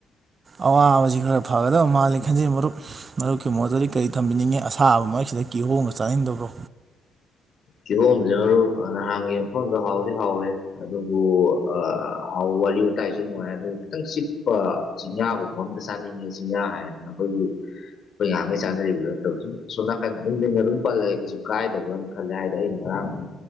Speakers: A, on the right; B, on the left.
A: ꯑꯋꯥꯕꯁꯤ ꯈꯔ ꯐꯒꯗꯕ ꯃꯥꯜꯂꯤ ꯈꯟꯖꯩ ꯃꯔꯨꯞ ꯃꯔꯨꯞꯀꯤ ꯃꯣꯠꯇꯗꯤ ꯀꯔꯤ ꯊꯝꯕꯤꯅꯤꯡꯉꯦ ꯑꯁꯥꯕ ꯃ ꯁꯤꯗ ꯀꯤꯍꯣꯡꯒ ꯆꯥꯅꯤꯡꯗꯕ꯭ꯔꯣ?
B: ꯀꯤꯍꯣꯝꯁꯤ ꯃꯔꯨꯞ ꯅꯍꯥꯟꯒꯤ ꯃꯐꯝꯗꯣ ꯍꯥꯎꯗꯤ ꯍꯥꯎꯋꯦ ꯑꯗꯨꯕꯨ ꯑ ꯍꯥꯎ ꯋꯥꯔꯤ ꯋꯥꯇꯥꯏꯁꯨ ꯅꯨꯡꯉꯥꯏ ꯑꯗꯨꯒ ꯈꯤꯇꯪ ꯆꯤꯛꯄ ꯆꯤꯡꯌꯥꯒꯨꯝꯕ ꯑꯝꯗ ꯆꯥꯅꯤꯡꯉꯦ ꯆꯤꯡꯌꯥ ꯍꯥꯏꯗꯤ ꯅꯈꯣꯏꯒꯤ ꯑꯩꯈꯣꯏ ꯉꯍꯥꯡꯈꯩ ꯆꯥꯟꯅꯔꯤꯕꯗꯣ ꯅꯠꯇꯕ ꯁꯨꯝ ꯁꯣꯝ ꯅꯥꯀꯟ ꯃꯤꯡ ꯑꯗꯨꯝ ꯄꯜꯂꯒꯦ ꯀꯩꯁꯨ ꯀꯥꯏꯗꯕꯅ ꯈꯜꯂꯦ ꯍꯥꯏꯗꯤ ꯑꯩꯅ ꯉꯔꯥꯡ